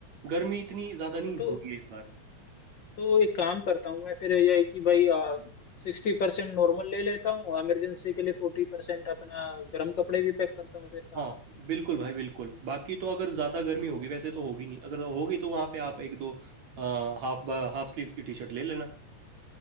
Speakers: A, on the right; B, on the left.
A: गर्मी इतनी ज़्यादा नहीं हो
B: तो
A: रही है इस बार
B: तो एक काम करता हूँ मैं फिर ये है कि भाई सिक्सटी परसेंट नॉर्मल ले लेता हूँ इमरजेंसी के लिए फोर्टी परसेंट अपना गर्म कपड़े भी पैक करता हूँ फिर साथ
A: हाँ
B: में
A: बिल्कुल भाई बिल्कुल बाकी तो अगर ज़्यादा गर्मी होगी वैसे तो होगी नहीं अगर होगी तो वहाँ पे आप एक दो हाफ हाफ स्लीव्स की टी शर्ट ले लेना